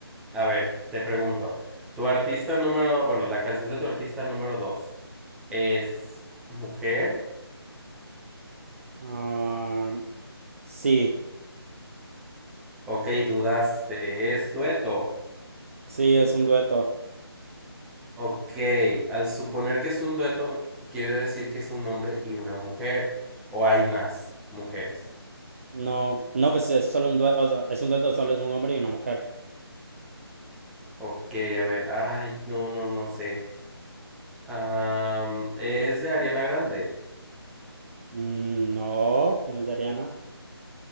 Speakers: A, in the centre; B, on the right.
A: a ver, te pregunto. Tu artista número, bueno, la canción de tu artista número dos es mujer.
B: Ah, sí,
A: Ok, dudaste, es dueto.
B: sí, es un dueto.
A: Ok, al suponer que es un dueto, quiere decir que es un hombre y una mujer. O hay más mujeres.
B: No, no, pues es solo un dueto, o sea, es un dueto, solo es un hombre y una mujer.
A: Ok, a ver, ay, no, no, no sé. Am, es de Ariana Grande.
B: Mm, No, no es de Ariana.